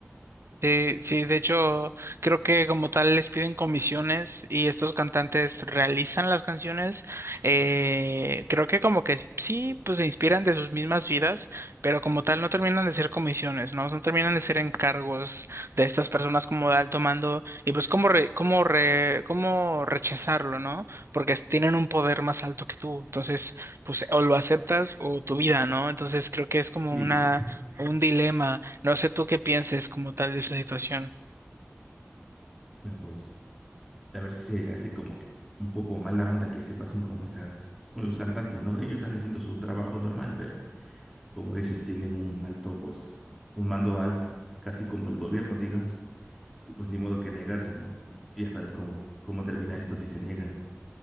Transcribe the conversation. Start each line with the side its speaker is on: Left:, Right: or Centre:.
Right: Sí, sí, de hecho, creo que como tal les piden comisiones y estos cantantes realizan las canciones. Eh, creo que como que s- sí, pues se inspiran de sus mismas vidas, pero como tal no terminan de ser comisiones, ¿no? No terminan de ser encargos de estas personas como de alto mando y pues cómo, re- cómo, re- cómo rechazarlo, ¿no? Porque es- tienen un poder más alto que tú. Entonces, pues o lo aceptas o tu vida, ¿no? Entonces creo que es como
Centre: Sí,
Right: una, un dilema. No sé tú qué pienses como tal de esa situación.
Centre: bueno, pues a ver si se hace como que un poco mala onda que se pasen con estas, con los cantantes, ¿no? Ellos están haciendo su trabajo normal, pero como dices, tienen un alto, pues, un mando alto, casi como el gobierno, digamos, y pues ni modo que negarse, ¿no? Ya sabes cómo, cómo termina esto si se niegan.